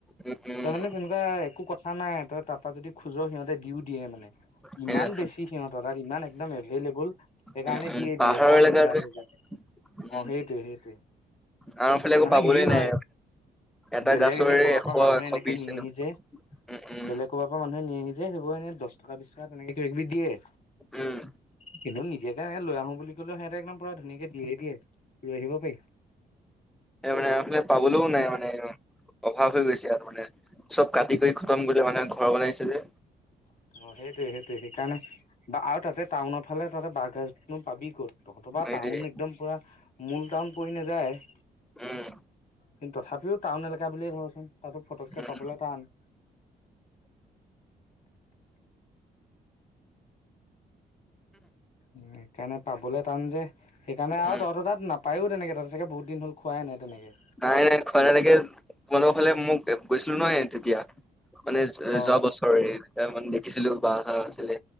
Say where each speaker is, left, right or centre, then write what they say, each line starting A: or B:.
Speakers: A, in the centre; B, on the left (about 45°).
A: উম উম
B: তই মানে তেনেকুৱা একো কথা নাই তই তাৰ পৰা যদি খোজ সিহঁতে দিও দিয়ে মানে।
A: সেয়া
B: ইমান বেছি সিহঁতৰ তাত ইমান একদম এভেল এবুল - সেইকাৰণে
A: উম উম
B: দিয়ে
A: পাহাৰৰ
B: দিয়ে যা
A: এলেকা
B: লৈযা
A: যে
B: লৈযাকে। অ
A: উম
B: সেইটোৱে সেইটোৱে।
A: আমাৰ ফালে আকৌ
B: মানে
A: পাবলৈ
B: হেৰি হয়
A: নাই এটা
B: বেলেগ
A: গাছৰে
B: এনেই কৰবাৰ
A: এশ
B: পৰা মানুহে
A: এশ
B: এনেকে
A: বিশ
B: নিয়েহি
A: এনেকুৱা
B: যে।
A: উম উম
B: বেলেগ কৰবাৰ পৰা মানুহে নিয়েহি যে সেইবোৰ এনেই দহ টকা বিশ টকা তেনেকে কিবা কিবি দিয়ে।
A: উম।
B: কিন্তু নিদিয়াকে এনে লৈ আহো বুলি কলেও সিহঁতে একদম পুৰা ধুনীয়াকে দিয়ে দিয়ে, লৈ আহিবো পাৰি।
A: এ আমাৰ ফালে পাবলৈও নাই মানে একদম। অভাৱ হৈ গৈছে আৰু মানে, চব কাটি কৰি খটম কৰিলে মানে ঘৰ বনাইছে যে।
B: অ, সেইটোৱে সেইটোৱে সেইকাৰণে - আৰু তাতে টাউনৰ ফালে তহঁতে বাঁহগাজনো পাবি কত, তহঁতৰ পৰা
A: সেইটোৱে
B: টাউন একদম পুৰা - মূল টাউন পৰি নেযায় -
A: উম
B: কিন্তু তথাপিও টাউন এলেকা বুলিয়ে ধৰচোন, তাতো ফটককে
A: উম
B: পাবলে টান। উম, সেইকাৰণে পাবলে টান যে। সেইকাৰণে আৰু
A: উম
B: তহঁতৰ তাত নাপায়ো তেনেকে, তহঁতে চাগে বহুত দিন হল খোৱাই নাই তেনেকে।
A: নাই নাই খোৱা তেনেকে তোমালোকৰ ফালে মোক গৈছিলো নহয় তেতিয়া মানে
B: অ
A: যোৱা বছ ৰে, তেতিয়া মানে দেখিছিলো বাঁহগাজ আছিলে,